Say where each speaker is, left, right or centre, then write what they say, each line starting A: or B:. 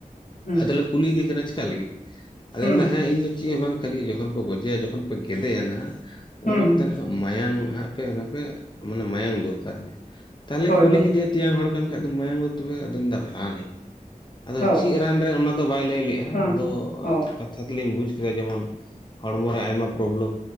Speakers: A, on the left; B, on the left.
A: ᱦᱩᱸ ᱾
B: ᱠᱩᱞᱤ ᱮᱫᱮ ᱠᱟᱱᱟ ᱪᱮᱠᱟ ᱞᱟᱹᱜᱤᱫ? ᱟᱫᱚ
A: ᱦᱩᱸ
B: ᱢᱮᱱ ᱮᱫᱟ ᱦᱮᱸ ᱤᱧ ᱫᱚ ᱪᱮᱫ ᱦᱚᱸ ᱵᱟᱝ ᱠᱷᱟᱹᱞᱤ ᱡᱚᱠᱷᱚᱱ ᱜᱚᱡᱮᱭᱟ ᱡᱚᱠᱷᱚᱱ ᱯᱮ ᱜᱮᱫᱮᱭᱟ ᱱᱟᱦᱜ,
A: ᱦᱩᱸ
B: ᱩᱱ ᱚᱠᱛᱮ ᱱᱟᱦᱟᱜ ᱢᱟᱭᱟᱝ ᱦᱟᱸᱜ ᱯᱮ ᱚᱱᱟ ᱯᱮ ᱢᱟᱱᱮ, ᱢᱟᱭᱟᱝ ᱫᱚᱨᱠᱟᱨ ᱤᱧᱟᱜ᱾ ᱛᱟᱦᱚᱞᱮᱧ
A: ᱦᱳᱭ
B: ᱠᱩᱞᱤ
A: ᱦᱳᱭ
B: ᱠᱮᱫᱮᱭᱟ, ᱛᱮᱭᱟᱝ ᱦᱚᱲ ᱠᱟᱱ ᱠᱷᱟᱡ ᱫᱚ ᱢᱟᱭᱟᱝ ᱫᱚ ᱛᱚᱵᱮ ᱟᱫᱚᱧ ᱢᱮᱱ ᱫᱚ ᱨᱟᱱ ᱟᱹᱧ, ᱟᱫᱚ
A: ᱚ
B: ᱪᱮᱫ ᱨᱟᱱ ᱨᱮ ᱚᱱᱟ ᱫᱚ ᱵᱟᱭ ᱞᱟᱹᱭ ᱞᱮᱫᱞᱜᱼᱟ
A: ᱦᱩᱸ
B: ᱾ ᱟᱫᱚ
A: ᱚ
B: ᱠᱟᱛᱷᱟ ᱛᱮᱞᱤᱧ ᱵᱩᱡ ᱠᱮᱫᱟ, ᱡᱮᱢᱚᱱ ᱦᱚᱲᱢᱚ ᱨᱮ ᱟᱭᱢᱟ ᱯᱚᱨᱚᱵᱮᱞᱮᱢ